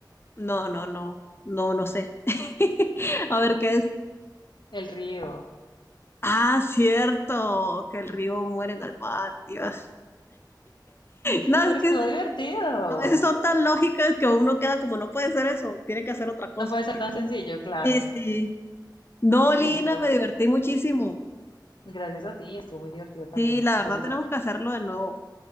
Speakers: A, on the left (about 30°); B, on the left (about 75°).
A: no, no, no, no, no sé. <laughs> A ver qué es.
B: El río,
A: Ah, cierto, que el río muere en el mar, Dios. No,
B: Pero
A: es que
B: estuvo divertido.
A: a veces son tan lógicas que uno queda como, no puede ser eso, tiene que hacer otra cosa.
B: No puede ser tan sencillo, claro.
A: Sí, sí. No, Lina,
B: Listo.
A: me divertí muchísimo.
B: Gracias a ti, estuvo muy divertido también.
A: Sí, la
B: Entonces,
A: verdad tenemos que hacerlo de nuevo.